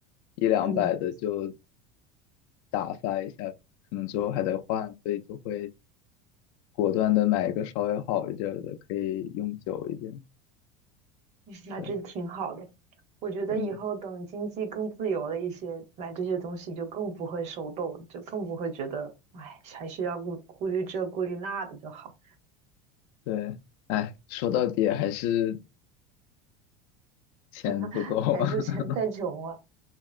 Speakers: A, on the left (about 65°); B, on the right (about 45°).
A: 一两百的就
B: 嗯嗯，
A: 打发一下，可能之后还得换，
B: 嗯
A: 所以就会果断的买一个稍微好一点儿的，可以用久一点。
B: 那真挺好的。
A: 对，
B: 我觉得以后等经济更自由了一些，
A: 嗯，
B: 买这些东西就更不会手抖，就更不会觉得，哎，还是要顾顾虑这顾虑那的就好，
A: 对，哎，说到底还是钱不够
B: <laughs> 还是钱太穷了。
A: <laughs>